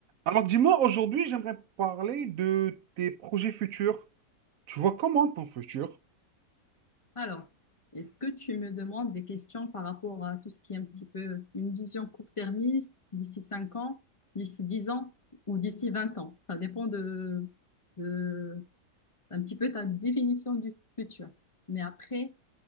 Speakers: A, on the right; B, on the left.
A: Alors dis-moi, aujourd'hui, j'aimerais parler de tes projets futurs. Tu vois comment ton futur?
B: Alors, est-ce que tu me demandes des questions par rapport à tout ce qui est un petit peu une vision court-termiste d'ici 5 ans, d'ici 10 ans ou d'ici 20 ans? Ça dépend de, de un petit peu ta définition du futur. Mais après,